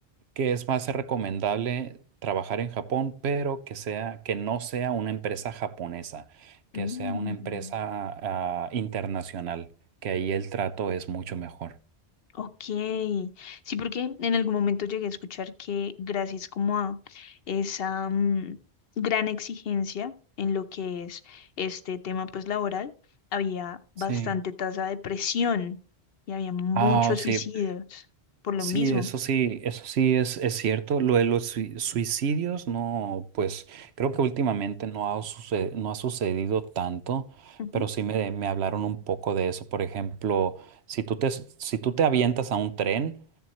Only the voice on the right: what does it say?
Que es más recomendable trabajar en Japón, pero que sea, que no sea una empresa japonesa, que
sea una empresa ah, internacional, que ahí el trato es mucho mejor.
Sí.
Ah, oh, sí,
Sí,
eso sí, eso sí es, es cierto. Lo de los sui- suicidios, no, pues creo que últimamente no ha, suce- no ha sucedido tanto,
pero sí me, me hablaron un poco de eso. Por ejemplo, si tú te, si tú te avientas a un tren,